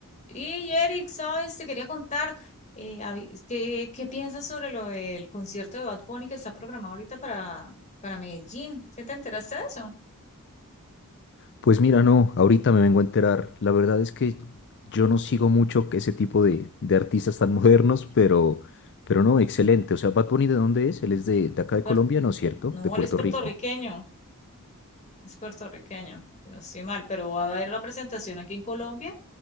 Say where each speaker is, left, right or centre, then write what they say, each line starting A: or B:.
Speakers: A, on the left (about 35°); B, on the left (about 55°).
A: Y Eric, sabes, te quería contar eh, habi- ¿qué, qué piensas sobre lo del concierto de Bad Bunny que está programado ahorita para, para Medellín? ¿Sí te enteraste de eso?
B: Pues mira, no, ahorita me vengo a enterar. La verdad es que yo no sigo mucho que ese tipo de, de artistas tan <laughs> modernos, pero, pero no, excelente. O sea, Bad Bunny, ¿de dónde es? Él es de, de acá de
A: Puer-
B: Colombia, ¿no es cierto?
A: no,
B: De Puerto
A: él es puertorriqueño,
B: Rico.
A: es puertorriqueño, si no estoy mal, pero va a haber la presentación aquí en Colombia